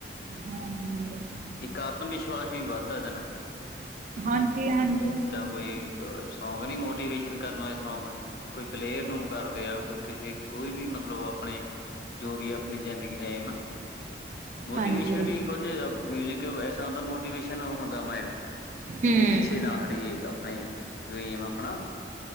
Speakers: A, on the right; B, on the left.
A: ਹਾਂਜੀ।
B: ਇੱਕ ਆਤਮ-ਵਿਸ਼ਵਾਸ ਵੀ ਵੱਦਦਾ ਏਦੇ ਨਾ।
A: ਹਾਂਜੀ-ਹਾਂਜੀ।
B: ਕੋਈ ਸੌਂਗ ਨੀ ਮੋਟੀਵੇਸ਼ਨ ਕਰਨ ਆਲੇ ਸੌਂਗ ਕੋਈ ਪਲੇਅਰ ਨੂੰ ਕਰਦੇ ਆ ਕੋਈ ਕਿਸੇ ਕੋਈ ਵੀ ਮਤਲਬ ਆਪਣੇ ਜੋ ਵੀ ਆਪਣੀ ਜ਼ਿੰਦਗੀ ਦਾ ਏਮ ਆ ਮੋਟੀਵੇਸ਼ਨ
A: ਹਾਂਜੀ
B: ਵੀ ਕੁਝ ਮਿਊਜ਼ਿਕ ਐਸਾ ਹੁੰਦਾ ਮੋਟੀਵੇਸ਼ਨ ਹੁੰਦਾ ਮਾਇੰਡ
A: ਹਮ
B: ਵੀ ਪਿੱਛੇ ਨਾ ਹਟੀਏ ਆਪਣੇ ਜੋ ਏਮ ਆ ਆਪਣਾ।